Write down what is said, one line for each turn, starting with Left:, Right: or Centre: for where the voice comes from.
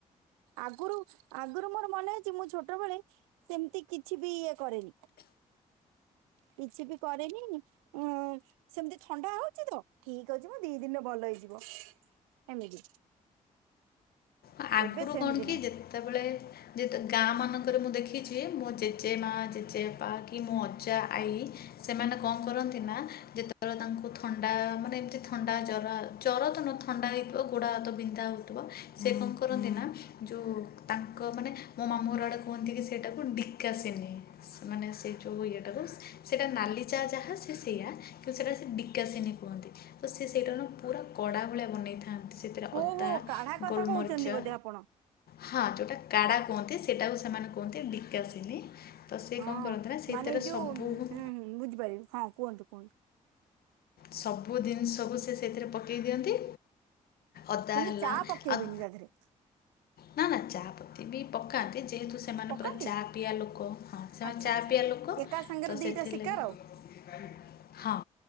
Right: ଆଗରୁ, ଆଗରୁ ମୋର ମନେ ଅଛି ମୁଁ ଛୋଟବେଳେ ସେମିତି କିଛି ବି ଇଏ କରେନି। କିଛି ବି କରେନି। ଉ ସେମିତି ଥଣ୍ଡା ହଉଛି ତ ଠିକ ଅଛିିମ ଦି ଦିନରେ ଭଲ ହେଇଯିବ। ଏମିତି।
Left: ଅ ଆଗରୁ
Right: ଏବେ ସେମିତି
Left: କଣ କି
Right: ନାହିଁ
Left: ଯେତେବେଳେ ଯେତ ଗାଁ ମାନଙ୍କରେ ମୁଁ ଦେଖିଛି ମୋ ଜେଜେ ମା, ଜେଜେ ବାପା କି ମୋ ଅଜା, ଆଈ ସେମାନେ କଣ କରନ୍ତି ନା ଯେତେବେଳେ ତାଙ୍କୁ ଥଣ୍ଡା ମାନେ ଏମିତି ଥଣ୍ଡା ଜର ଆ ଜର ତ ନୁହଁ ଥଣ୍ଡା ହେଇଥିବ ଗୋଡ଼ ହାତ ବିନ୍ଧା ହେଉଥିବ ସେ କଣ କରନ୍ତି ନା ଯୋଉ ତାଙ୍କ ମାନେ ମୋ ମାମୁଁ ଘର ଆଡ଼େ କୁହନ୍ତି କି ସେଇଟାକୁ ଢିଙ୍କାସିନି। ମାନେ ସେ ଯୋଉ ଇଏଟାକୁ, ସେଇଟା ନାଲି ଚା ଯାହା ସେ ସେଇଆ। ତ ସେଇଟା ସେ ବିକାଶିନି କୁହନ୍ତି। ତ ସେ ସେଇଟା ନା ପୁରା କଡ଼ା ଭଳିଆ ବନେଇଥାନ୍ତି। ସେଥିରେ ଅଦା,
Right: ଓହୋ କାଢା କଥା
Left: ଗୋଲମରିଚ
Right: କହୁଛନ୍ତି ବୋଧେ ଆପଣ
Left: ହଁ ଯୋଉଟା କାଡା କୁହନ୍ତି ସେଇଟାକୁ ସେମାନେ କୁହନ୍ତି ଡ଼ିକାସିିନୀ। ତ ସେ
Right: ହଁ
Left: କଣ କରନ୍ତି ନା ସେଇତେରେ
Right: ମାନେ ଏଇ ଯୋଉ
Left: ସବୁ କୁ
Right: ହୁଁ ହୁଁ ବୁଝିପାରିବି। ହଁ କୁହନ୍ତୁ, କୁହନ୍ତୁ
Left: ସବୁ ଦିନିଷକୁୁ ସେ ସେଇଥିରେ ପକେଇ ଦିଅନ୍ତି ଅଦା
Right: ତମତି
Left: ହେଲା
Right: ଚା
Left: ଆଉ
Right: <unintelligible>
Left: ହଁ ହଁ ଚାହା ପତି ବି ପକାନ୍ତି ଯେହେତୁ ସେ ସେମାନେ
Right: ପକାନ୍ତି
Left: ପୁରା ଚା ପିଆ ଲୋକ। ହଁ ସେମାନେ
Right: ଆଚ୍ଛା
Left: ଚା
Right: ଆଚ୍ଛା
Left: ପିଆ ଲୋକ
Right: ଏକା ସାଙ୍ଗରେ
Left: ତ ସେଥଲାଗି
Right: ଦିଟା ଶିକାର ଆଉ
Left: ଆ ହଁ।